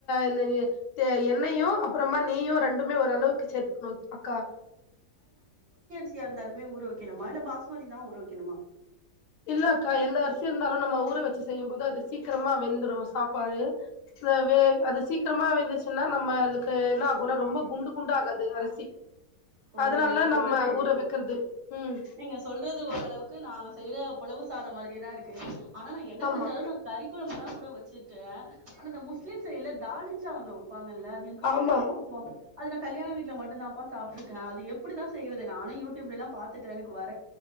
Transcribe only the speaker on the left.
இந்த தே எண்ணெயு அப்புறமா நெய்யு ரெண்டுமே ஓரளவுக்கு சேத்துக்கணு அக்கா
இல்ல அக்கா எந்த அரிசி இருந்தாலு நம்ம ஊற வச்சு செய்யும் போது அது சீக்கிரமா வெந்துடும் சாப்பாடு த வே அது சீக்கிரமா வெந்துச்சுன்னா நம்மளுக்கு என்ன ஆகுன்னா ரொம்ப குண்டு குண்டா ஆகாது அரிசி
அதனால
நம்ம ஊற வெக்கிறது ம்
ஆமா
ஆமா